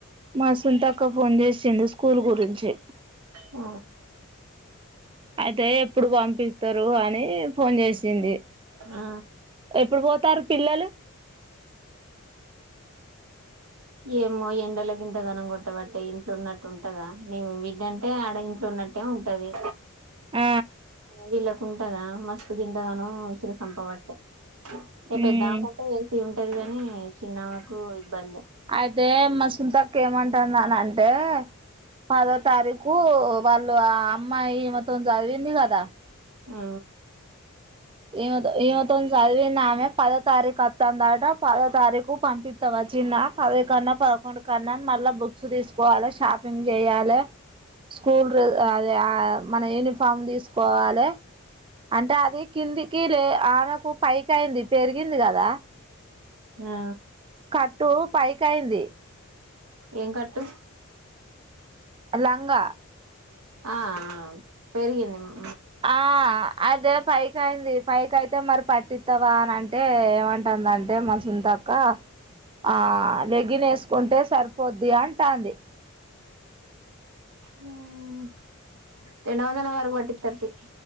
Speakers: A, on the right; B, on the right.
A: మా సుతాక్క ఫోన్ చేసింది స్కూల్ గురించి
B: ఆ
A: అయితే ఎప్పుడు పంపిత్తరు అని ఫోన్ జేసింది.
B: ఆ
A: ఎపుడు పోతారు పిల్లలు
B: ఏమో ఎండలకి ఇంతగనం కొట్టబట్టే ఇంట్లో ఉన్నట్టు ఉంటదా నేం బిడ్డంటే ఆడ ఇంట్లో ఉన్నట్ అట్టే ఉంటది.
A: ఆ
B: మూవీళ్ళలకు ఉంటదా మస్తుత్ తింటగాను విసిరి సంపబట్టే ఇక
A: మ్మ్
B: పెద్దామ్కంటే ఏసీ ఉంటదిగాని చిన్నా ఆమెకు ఇబ్బంది
A: అయితే మా సుంతక్క ఏమంటదన్నా అంటే పదో తారీకు వాళ్ళు ఆ అమ్మాయి మొత్తం చదివింది కదా
B: ఆ
A: ఈమెతో ఈమెతోని చదివింది ఆమె పదో తారీఖు వత్తందాట పదో తారీఖు పంపిత్తా వచ్చిందా? పది కన్నా పదకొండు కన్నా మళ్ళా బుక్స్ తీసుకోవాలె స్ షాపింగ్ చేయాలే స్కూల్ర్ అదే మన యూనిఫ ఫామ్ తీసుకోవాలే అంటే అది కిందికి లే ఆమె పైకి అయింది పెరిగింది కదా
B: ఆ
A: క ట్టు పైకైంది.
B: ఏం కట్టు?
A: లంగా
B: ఆ ఆమ్ పెరిగింది మ్
A: ఆ అదే పైకైంది పైకి అయితే మరి పట్టిత్తవా అని అంట్ అంటే ఏమంటాందంటే మా సున్తక్క ఆ లెగ్గిన్ వేసుకుంటే సరిపోద్ది అంటాంది
B: మ్ రెండు వందల వరకు పట్టిత్తది తీ